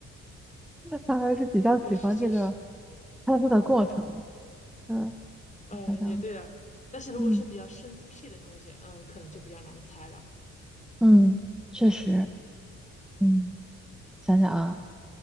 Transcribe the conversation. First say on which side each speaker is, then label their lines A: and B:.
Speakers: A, in the centre; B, on the left (about 25°).
A: 他还是比较喜欢这个
B: 确实，确实，
A: 猜字的过程的。嗯，
B: 嗯，
A: 你想想。
B: 也对了。但是如果是比较生僻的东西，
A: 嗯
B: 嗯，可能就比较难猜了。
A: 嗯，确实，嗯，想想啊，